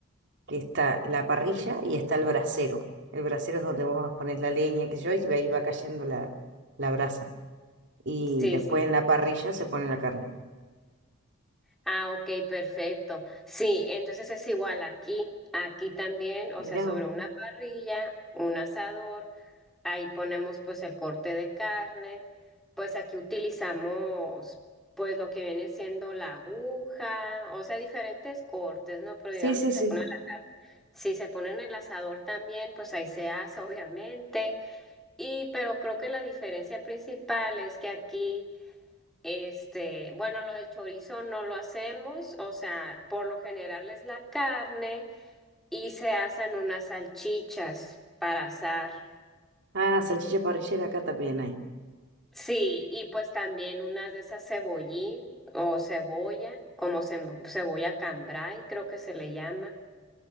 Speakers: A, on the right; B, in the centre.
A: que está la parrilla y está el brasero. El brasero es donde vos pones la leña, que yo, y ahí va cayendo la, la brasa. Y
B: Sí,
A: después
B: sí.
A: en la parrilla se pone la carne.
B: Ah, ok, perfecto. Sí, entonces es igual aquí, aquí también, o
A: Mirá
B: sea, sobre
A: vos.
B: una parrilla, un asador, ahí ponemos pues el corte de carne, pues aquí utilizamos pues lo que viene siendo la aguja, o sea, diferentes cortes, ¿no? Pero
A: Sí,
B: digamos
A: sí,
B: que
A: sí.
B: se pone, si se pone en el asador también, pues ahí se asa, obviamente, y pero creo que la diferencia principal es que aquí... Este, bueno, lo del chorizo no lo hacemos, o sea, por lo general es la carne y se hacen unas salchichas para asar.
A: Ah, salchicha parrillera acá también hay.
B: Sí, y pues también unas de esas cebollín o cebolla, como cem- cebolla cambray, creo que se le llama.